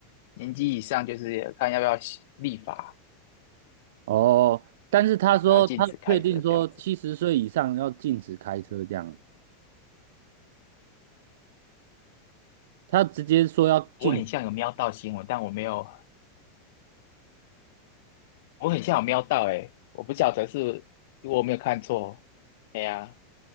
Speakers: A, on the left (about 60°); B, on the right (about 65°).
A: 年纪以上，就是看要不要立法
B: 哦，但是他说他确定说七十岁以上要禁止开车，
A: 来禁止开车这样子。
B: 这样他直接说要禁止
A: 我很像有瞄到新闻，但我没有我很像有瞄到诶，我不晓得是我没有看错。哎呀，